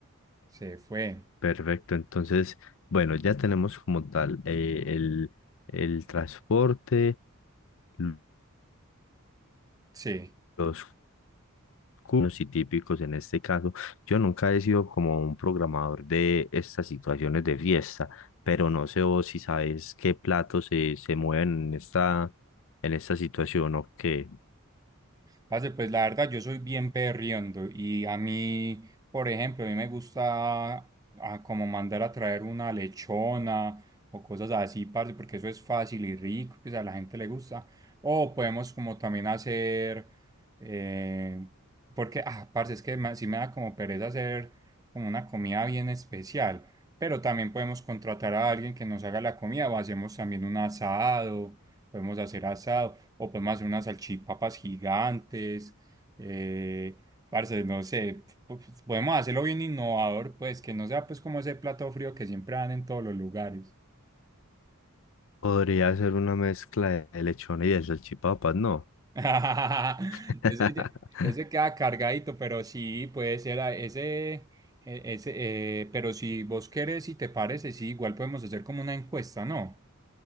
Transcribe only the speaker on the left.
perfecto. Entonces, bueno, ya tenemos como tal eh, el, el transporte, l-
los comunes y típicos en este caso. Yo nunca he sido como un programador de estas situaciones de fiesta, pero no sé vos si sabes qué platos se, se mueven en esta, en esta situación o qué.
Podría ser una mezcla de lechona y de salchipapas, ¿no?
<laughs>